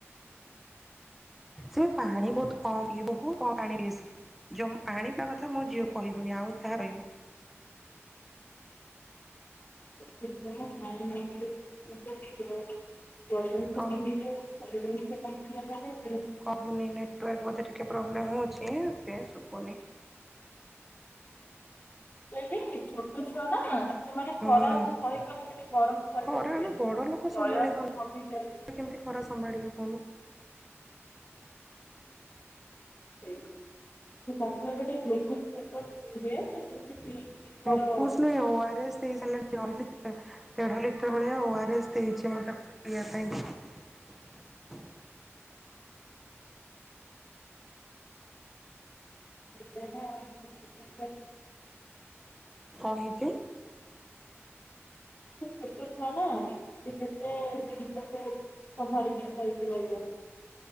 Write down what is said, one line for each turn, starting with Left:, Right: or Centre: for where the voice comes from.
Centre: ସେ ପାଣି ବହୁତ କମ ପିଏ ବହୁ ପାଣିମା ପାଣିବା କଥା ମୋ ଝିଅ କହିବୁନି ଆଉ ଯାହା କହିବୁ।
Left: <unintelligible> <unintelligible> ସେ କାଇ
Centre: କଣ
Left: ନେଲାରେ।
Centre: କମୁନି ନେଟୱାର୍କ ବୋଧେ ଟିକେ ପ୍ରୋବ୍ ରହୁଛି ସେଟ୍ ଶୁଭୁନି।
Left: ହିଲି ଛୋଟ ଛୁଆ ନା। ସେମାନେ
Centre: ହୁଁ
Left: ଖରାଏତେ ସହିପାରିବେନି ଗରମ ସହିପାରିବେନି
Centre: ଖରା ଆମେ ବଡ ଲୋକ
Left: ଜଳିଆଁଶ
Centre: ସମ୍ଭାଳି ପାରୁନୁ
Left: କମିଯାଏ।
Centre: କେମିତି ଖରା ସମ୍ଭାଳିବେ କହୁନୁ।
Left: ସେ ଗ୍ଲୁକୋଜ ଫ୍ଲୁକୋଜ ପିଇବେ। ଟିକେ ତାର
Centre: ଗ୍ଲୁକୋଜ ନାଇ ଓଆରଏସ୍ ଦେଇସାରଲେଣି ଅଲ ଦେଢ ଲିଟର ଭଳିଆ ଓଆର ଏସ୍ ଦେଇଛି ମୁ ତାକୁ ପିଇବା ପାଇଁ।
Left: ସେ ଛୋଟ ଛୁଆ ନା ସେ
Centre: କହିଛି।
Left: ସେ ଛୋଟ ଛୁଆ ନା ସେ କେତେ ସମ୍ଭଳିକି ଧରିକି ରହିବ।